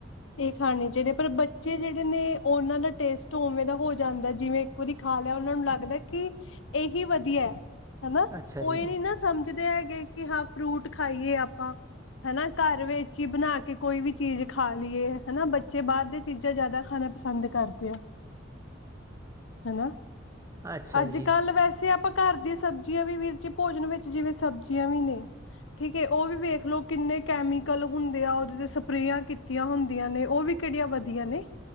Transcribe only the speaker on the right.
ਅੱਛਾ
ਜੀ
ਅੱਛਾ
ਜੀ